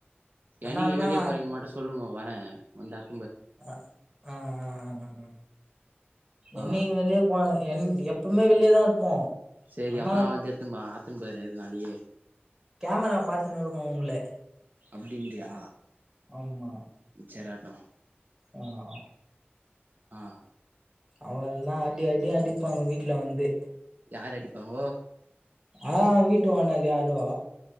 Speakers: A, on the right; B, on the right.
A: அண்ணா
B: என்னைக்கு
A: அண்ணா
B: வெளியே போறீங்கன் மட்டு சொல்லுங்கோ வரே வந்து அற்த்
A: அ ஆ ஆ ஆ என்னைக்கு
B: ஆ
A: வெளிய போன என் எப்பவுமே வெளிய தா இருப்போ
B: சேரி
A: ஆனா
B: அப்பனா வந்து எட்த்துன் போலா அற்த்துன் போயிறே இரு நாளைக்கே
A: கேமரா பாத்துன்னு இருக்கு உங்ள
B: அப்டின்ட்றியா
A: ஆமா
B: சேராட்டு
A: ஆ ஆ
B: ஆ
A: அவள்தா அடி அடி அடிப்பாங்க வீட்ல வந்து
B: யாரு அடிப்பாங்கோ
A: ஆ வீட்டு ஓனர் யாரோ